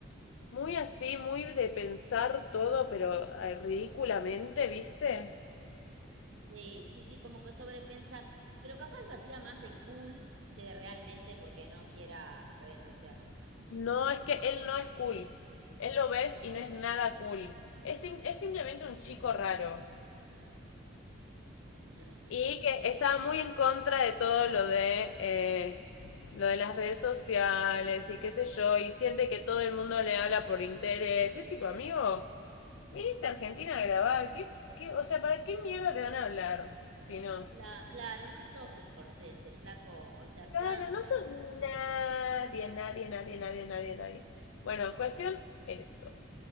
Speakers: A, on the left (about 75°); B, on the right (about 75°).
A: muy así, muy de pensar todo, pero eh, ridículamente, ¿viste?
B: Sí, sí, sí, como que sobrepensar, pero capaz lo hacía más de cool que de realmente porque no quiera redes sociales.
A: No, es que él no es cool. Él lo ves y no es nada cool. Es, es simplemente un chico raro.
B: <laughs>
A: Y que estaba muy en contra de todo lo de eh, lo de las redes sociales y qué sé yo, y siente que todo el mundo le habla por interés. Es tipo, amigo, viniste a Argentina a grabar, ¿qué, qué, o sea, ¿para qué mierda te van a hablar si no?
B: La, claro, no sos Scorsese, flaco, o sea,
A: Claro,
B: tranca.
A: no son nadie, nadie, nadie, nadie, nadie, nadie. Bueno, cuestión eso.